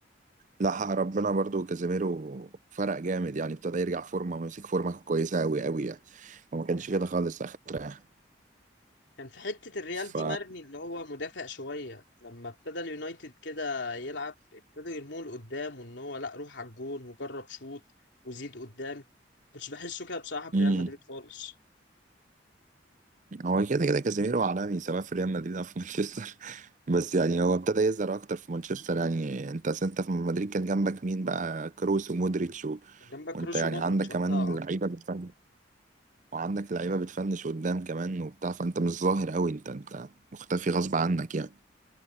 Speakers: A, on the right (about 40°); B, on the left (about 70°).
A: لا حق ربنا برضو كازيميرو فرق جامد يعني ابتدى يرجع فورمه ومسك فورمه كويسه قوي قوي يعني وما كانش
B: دي حقيقة.
A: كده خالص اخر فتره يعني
B: كان في حتة الريال
A: ف
B: دي مرمي اللي هو مدافع شوية لما ابتدى اليونايتد كده يلعب ابتدوا يرموه لقدام وان هو لا روح على الجون وجرب شوط وزيد قدام كنتش بحسه كده بصراحة في
A: مم.
B: ريال مدريد خالص
A: هو كده كده كازيميرو عالمي سواء في ريال مدريد او في مانشستر <laughs> بس يعني هو ابتدى يظهر اكتر في مانشستر يعني انت أصل انت في مدريد كان جنبك مين بقى كروس ومودريتش و...
B: كان جنبك
A: وانت
B: كروس
A: يعني
B: ومودريتش
A: عندك كمان
B: وقتها اه
A: لعيبه بتفنش وعندك لعيبه بتفنش قدام كمان وبتاع فانت مش ظاهر قوي انت انت مختفي غصب عنك يعني